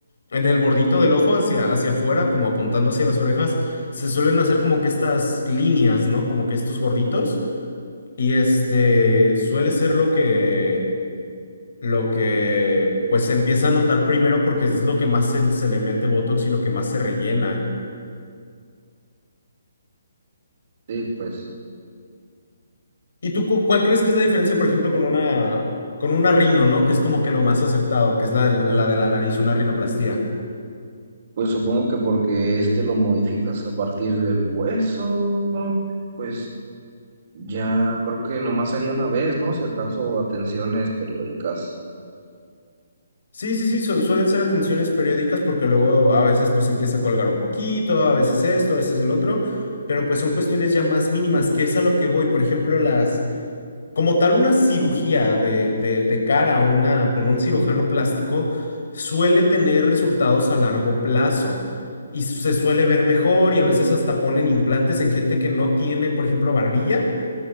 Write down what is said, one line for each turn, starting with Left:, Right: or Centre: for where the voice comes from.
Left: en el bordito del ojo hacia, hacia afuera, como apuntando hacia las orejas, se suelen hacer como que estas líneas, ¿no? Como que estos gorditos. Y este suele ser lo que lo que pues se empieza a notar primero porque es lo que más se, se le mete Botox y lo que más se rellena.
Right: sí, pues.
Left: ¿Y tú cu- cuál crees que es la diferencia, por ejemplo, con una con una rino, ¿no? Que es como que lo más aceptado, que es la, la de la nariz, una rinoplastía.
Right: Pues supongo que porque este lo modificas a partir del hueso, pues ya creo que nomás sería una vez, ¿no? Si acaso atenciones periódicas.
Left: Sí, sí, sí, su- suelen ser atenciones periódicas porque luego a veces pues empieza a colgar un poquito, a veces esto, a veces el otro, pero pues son cuestiones ya más mínimas, que es a lo que voy. Por ejemplo, las Como tal, una cirugía de, de- de cara a una, con un cirujano plástico suele tener resultados a largo plazo y se suele ver mejor y a veces hasta ponen implantes en gente que no tiene, por ejemplo, barbilla,